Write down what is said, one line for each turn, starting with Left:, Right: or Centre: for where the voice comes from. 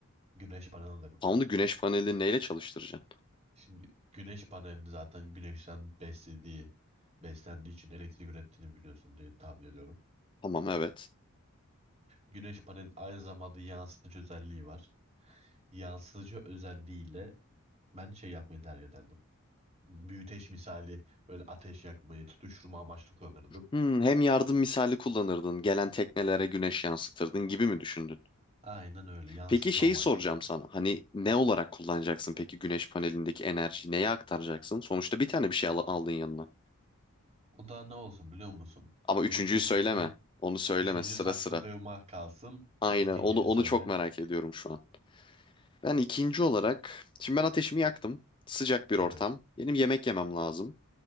Right: Güneş paneli alırdım.
Left: Tam da güneş panelini neyle çalıştıracağım?
Right: Şimdi güneş panelini zaten güneşten beslediği, beslendiği için elektrik ürettiğini biliyorsun diye tahmin ediyorum.
Left: Tamam evet.
Right: Güneş panelinin aynı zamanda yansıtıcı özelliği var. Yansıtıcı özelliğiyle ben şey yapmayı tercih ederdim. büyüteç misali böyle ateş yakmayı tutuşturma amaçlı kullanırdım.
Left: Hmm, hem yardım misali kullanırdın, gelen teknelere güneş yansıtırdın gibi mi düşündün?
Right: Aynen öyle yansıtma
Left: Peki şeyi
Right: amaçlı.
Left: soracağım sana. Hani ne olarak kullanacaksın peki güneş panelindeki enerjiyi neye aktaracaksın? Sonuçta bir tane bir şey al- aldın yanına.
Right: O da ne olsun biliyor musun?
Left: Ama üçüncüyü
Right: Benim üçüncü,
Left: söyleme. Onu söyleme
Right: üçüncü
Left: sıra
Right: sakladığıma
Left: sıra.
Right: kalsın. Sen
Left: Aynen
Right: ikincini
Left: onu onu
Right: söyle.
Left: çok merak ediyorum şu an. Ben ikinci olarak şimdi ben ateşimi yaktım. Sıcak bir ortam.
Right: Evet.
Left: Benim yemek yemem lazım.